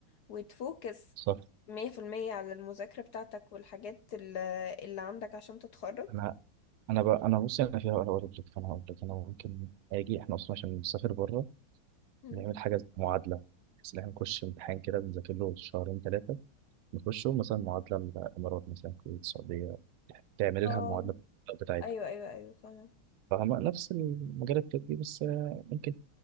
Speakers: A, on the left (about 65°); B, on the right (about 80°).
A: وتفوكس
B: صح
A: مية في المية على المذاكرة بتاعتك والحاجات ال- اللي عندك عشان تتخرج
B: انا انا بقى انا بص انا فيها انا اقول لك فانا هقول لك انا ممكن اجي احنا اصلا عشان نسافر بره
A: مم.
B: نعمل حاجه زي معادله بس ان احنا نخش امتحان كده بنذاكر له شهرين ثلاثه نخشه مثلا معادله الامارات مثلا الكويت السعوديه تعمل
A: اه
B: لها المعادله بتاعتها
A: ايوه ايوه ايوه فاهمة
B: فاهمة نفس المجال الطبي بس آه، ممكن